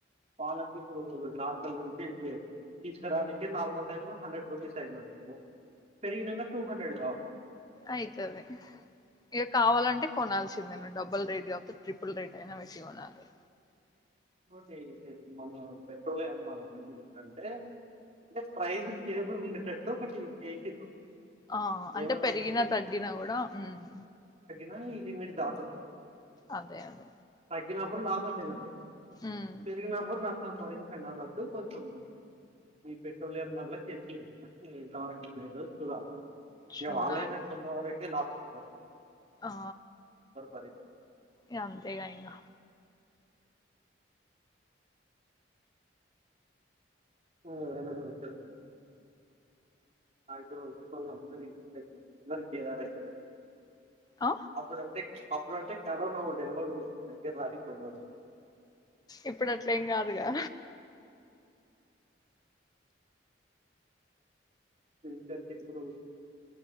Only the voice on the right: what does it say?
పాలకి ఇప్పుడు నార్కల్ నుంచి ఇప్పి ఏ తీసుకరానికి నార్మల్ టైమ్ లో హండ్రెడ్ రూపీస్ అయిందండి పెరిగినంగా టూ హండ్రెడ్ రావు
ఓటేఇన్ లేదు మన పెట్రోల్ లే మన కేజీ ఏం అంటే జస్ట్ ప్రైస్ స్టేబుల్ ఉండేటట్టు ఒకటి చేసిర్రు
ఏమనంటే
నాయ్ ఇలిమిట్ దాటొద్దు
ఇలా అప్పుడు లాభం లేదండి
పెరిగినప్పుడు నా సంభరించండి అన్నట్టు కొంచెం మీ పెట్రోలియం ధరలకు ఏతికీర్రు ఎంత వరకు ఎట్లా అయితదో చూడాలి
ఏ వాళ్లు అయినా కొంతవరే ఏలాస్ కు బారి
భరించరు
ఉ అయినా రిప్లై ఇత్తది మాక్సిమం అందరిందరికి ారైయితారు
అప్పుడు అంటే చ్ అప్పుడు అంటే కరోనా ఉండే ఎవడు దగ్గర రానీకుండదు
ఇంత చెప్పుడు